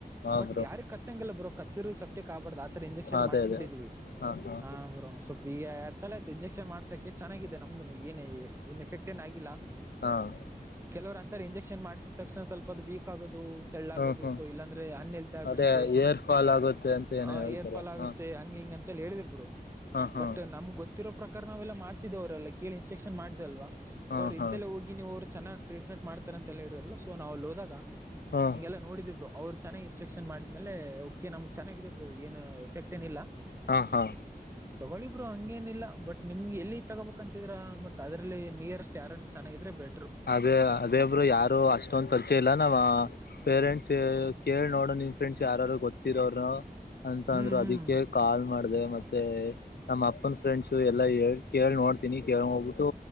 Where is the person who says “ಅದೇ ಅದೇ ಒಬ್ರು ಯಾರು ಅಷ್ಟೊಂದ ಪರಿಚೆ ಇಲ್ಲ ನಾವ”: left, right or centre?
Left